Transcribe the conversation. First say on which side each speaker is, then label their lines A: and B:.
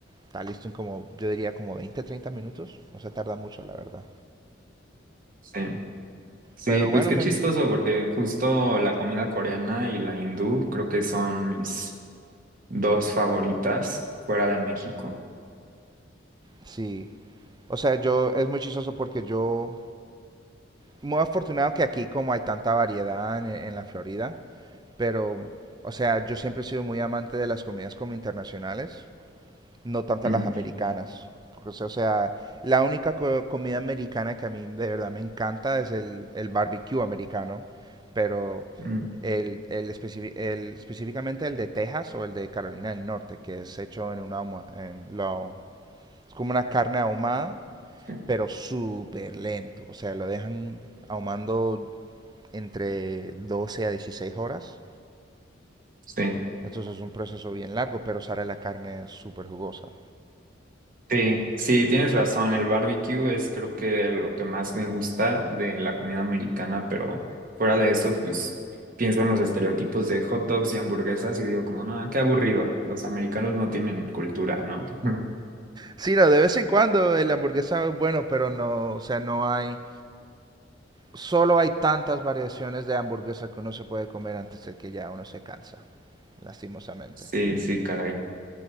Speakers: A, on the right; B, on the right.
A: está listo en como, yo diría como 20, 30 minutos. O sea, tarda mucho, la verdad.
B: Sí. Sí,
A: Pero
B: pues
A: bueno,
B: qué
A: me,
B: chistoso, porque justo la comida coreana y la hindú creo que son mis dos favoritas fuera de México.
A: sí. O sea, yo es muy chistoso porque yo, muy afortunado que aquí como hay tanta variedad en, en la Florida, pero, o sea, yo siempre he sido muy amante de las comidas como internacionales. no tantas
B: Mm,
A: las americanas. Porque, o sea, o sea, la única co- comida americana que a mí de verdad me encanta es el, el barbecue americano, pero
B: mm,
A: el, el especi- el- específicamente el de Texas o el de Carolina del Norte, que es hecho en una ahuma- en lo- es como una carne ahumada,
B: sí,
A: pero súper lento. O sea, lo dejan ahumando entre 12 a 16 horas.
B: sí,
A: Entonces es un proceso bien largo, pero sale la carne súper jugosa.
B: sí, sí, tienes razón. El barbecue es creo que lo que más me gusta de la comida americana, pero fuera de eso, pues pienso en los estereotipos de hot dogs y hamburguesas y digo como, no, qué aburrido. Los americanos no tienen cultura, ¿no? <laughs>
A: Sí, no, de vez en cuando el hamburguesa es bueno, pero no, o sea, no hay, solo hay tantas variaciones de hamburguesa que uno se puede comer antes de que ya uno se cansa, lastimosamente.
B: Sí, sí, caray.